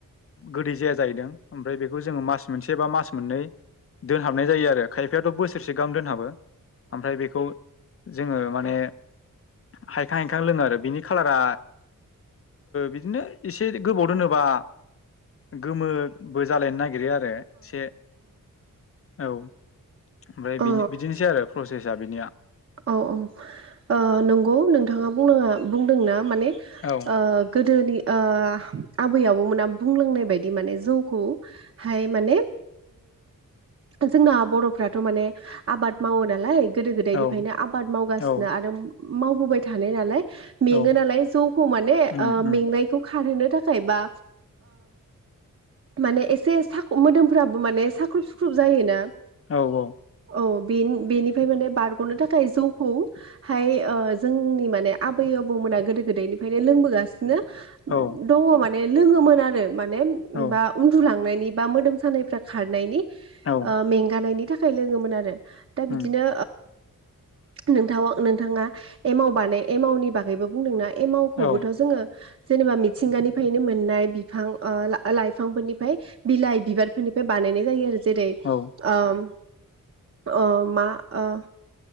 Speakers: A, on the left; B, on the right.
A: गोदै जाया जाहैदों ओमफ्राय बेखौ जोङो मास मोनसे बा मास मोननै दोनहाबनाय जायो आरो खायफायाथ' बोसोरसे गाहाम दोनहाबो ओमफ्राय बेखौ जोङो माने हायखां हायखां लोङो आरो बिनि खालारा बिदिनो एसे गोबाव दोनोबा गोमोबो जालायनो ना गिरो आरो एसे औ ओमफ्राय
B: औ
A: बिदिनोसै आरो प्रसेस बिनिया
B: औ औ नंगौ नोंथाङा बुंनाङा बुंदोंना माने
A: औ
B: ओ गोदोनि ओ आबै आबौमोना बुंलांनाय बायदि माने जौखौहाय माने जोंना बर'फ्राथ' माने आबाद मावो नालाय गोदो गोदायनिफ्रायनो
A: औ
B: आबाद मावगासिनो
A: औ
B: आरो मावबोबाय थानाय नालाय मेङो
A: औ
B: नालाय जौखौ माने
A: उम उम
B: मेंनायखौ खारहोनो थाखाय बा माने एसे सा मोदोमफ्राबो माने साख्रुब सुख्रुब जायोना
A: औ औ
B: औ बेनिफ्राय माने बारग'नो थाखाय जौखौहाय जोंनि माने आ बैयो आबौमोना गोदो गोदायनिफ्रायनो लोंबोगासिनो
A: औ
B: दङ माने लोङोमोन आरो माने
A: औ
B: बा उन्दुलांनायनि बा मोदोम सानायफ्रा खारनायनि ओ
A: औ
B: मेंगानायनि थाखाय लोङोमोन आरो दा
A: उम
B: बिदिनो नोंथां नोंथाङा एमाव बानाय एम मावनि बागैबो बुंदोंना मावखौबोथ'
A: औ
B: जोङो जेनेबा मिथिंगानिफ्रायनो मोननाय बिफां लाइफांफोरनिफ्राय बिलाइ बिबारफोरनिफ्राय बानायनाय जायो आरो जेरै
A: औ
B: ओम ओ ओ मा ओ